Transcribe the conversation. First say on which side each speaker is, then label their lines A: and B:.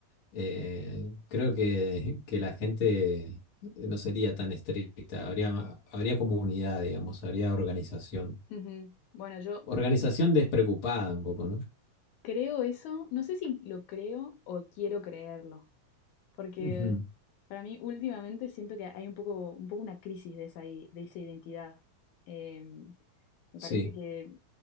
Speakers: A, on the left; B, on the left.
A: eh, creo que, que la gente no sería tan estricta, habría, habría comunidad, digamos, habría organización.
B: ujú. Bueno, yo
A: Organización despreocupada un poco, ¿no?
B: creo eso, no sé si lo creo o quiero creerlo. Porque
A: Ujú,
B: para mí últimamente siento que hay un poco, un poco una crisis de esa, i- de esa identidad. Em, me
A: Sí,
B: parece que